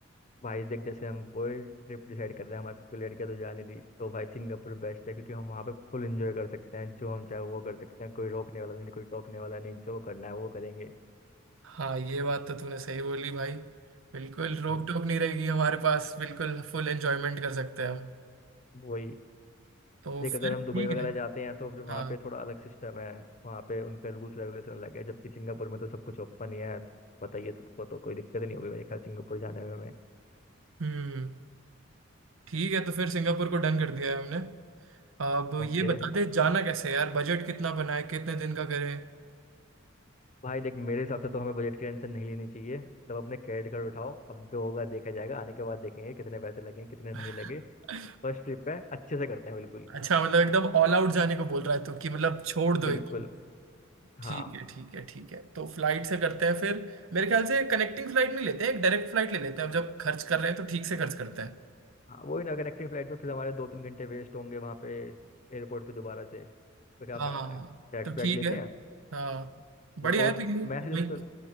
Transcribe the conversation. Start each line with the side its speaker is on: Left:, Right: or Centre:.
Left: भाई देख जैसे हम कोई ट्रिप डिसाइड कर रहे हैं हमारे साथ कोई लड़कियां तो जाने दी तो भाई सिंगापुर बेस्ट है क्योंकि हम वहाँ पे फुल एंजॉय कर सकते हैं जो हम चाहे वो कर सकते हैं कोई रोकने वाला नहीं कोई टोकने वाला नहीं जो करना है वो करेंगे
Right: हाँ ये बात तो तूने सही बोली भाई बिल्कुल रोक
Left: वही
Right: टोक
Left: तो-
Right: नहीं रहेगी हमारे पास बिल्कुल फुल एंजॉयमेंट कर सकते हैं हम
Left: वही
Right: तो
Left: देख
Right: फिर
Left: अगर हम दुबई
Right: ठीक
Left: वगैरह
Right: है
Left: जाते हैं तो फिर
Right: हाँ
Left: वहाँ पे थोड़ा अलग सिस्टम है वहाँ पे उनका रूल्स रेगुलेशन अलग है जबकि सिंगापुर में तो सब कुछ ओपन ही है पता ही है सबको तो कोई दिक्कत नहीं होगी मेरे ख्याल सिंगापुर जाने में हमें
Right: हम्म ठीक है तो फिर सिंगापुर को डन कर दिया है हमने अब
Left: ओके
Right: ये बता दे जाना कैसे है यार बजट कितना बनाए कितने दिन का करें
Left: भाई देख मेरे हिसाब से तो हमें बजट की टेंशन नहीं लेनी चाहिए सब अपने क्रेडिट कार्ड उठाओ अब जो होगा देखा जाएगा आने के बाद देखेंगे कितने पैसे लगे कितने
Right: <laughs>
Left: नहीं लगे फर्स्ट ट्रिप है अच्छे से करते हैं बिल्कुल
Right: अच्छा मतलब एकदम ऑल आउट जाने को बोल रहा है तू कि मतलब छोड़
Left: बिल्कुल
Right: दो एकदम
Left: हाँ
Right: ठीक है ठीक है ठीक है तो फ्लाइट से करते हैं फिर मेरे ख्याल से कनेक्टिंग फ्लाइट नहीं लेते हैं एक डायरेक्ट फ्लाइट ले लेते हैं अब जब खर्च कर रहे हैं तो ठीक से खर्च करते हैं
Left: हाँ वही ना कनेक्टिंग फ्लाइट में फिर हमारे दो तीन घंटे वेस्ट होंगे वहाँ पे एयरपोर्ट पे दोबारा से तो क्या
Right: हाँ
Left: फायदा है फ्लैट
Right: तो
Left: फ्लैट
Right: ठीक
Left: लेते
Right: है
Left: हैं
Right: हाँ बढ़िया
Left: और
Right: है तो यही
Left: मैं सजेस्ट
Right: वही
Left: कर